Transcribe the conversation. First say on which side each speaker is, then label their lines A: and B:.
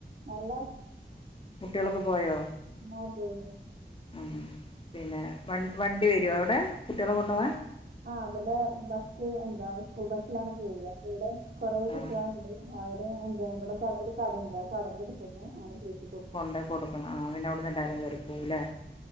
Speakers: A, on the right; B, on the left.
A: നല്ല
B: കുട്ട്യോളൊക്കെ പോയോ
A: ആഹ് പോയ്
B: ഉം പിന്നെ വൻ വണ്ടി വരോ അവിടെ കുട്ടികളെ കൊണ്ടുപോകാൻ
A: ആഹ് ആ ഇബടെ ബസ്സ് എന്താ സ്കൂൾ ബസിലാണ് പോക ഇവടെ കൊറേ
B: ആഹ്
A: കുട്ട്യോള്ണ്ട് അവര് എന്താ ഇവടെ കട ഒരു കടെണ്ട് ആ കടെന്റെ അടുത്ത് ന്ന് ആണ് കേ
B: കൊണ്ടോയി കൊടുക്കണം ആഹ് പിന്നെ അവിടുന്ന് എല്ലാരും കേറിപ്പോവുല്ലേ